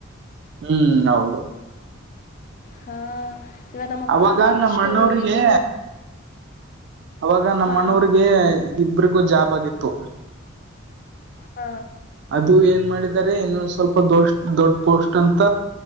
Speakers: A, on the right (about 55°); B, on the left (about 40°).
A: ಹ್ಮ್ ಹೌದು
B: ಹಾ ಇವ ನಮ್ಮಪ್ಪ
A: ಅವಾಗ ನಮ್ಮ
B: ಅಷ್ಟು
A: ಅಣ್ಣವ್ರಿಗೆ
B: ಇದು
A: ಅವಾಗ ನಮ್ಮ
B: ಹಾಂ
A: ಅಣವ್ರಿಗೆ ಇಬ್ರಿಗೂ ಜಾಬ್ ಆಗಿತ್ತು
B: ಹಾ
A: ಅದು ಏನ್ ಮಾಡಿದಿದ್ದಾರೆ ಇನ್ನೊ ಸ್ವಲ್ಪ ದೊಷ್ಟ ದೊಡ್ ಪೋಸ್ಟ್ ಅಂತ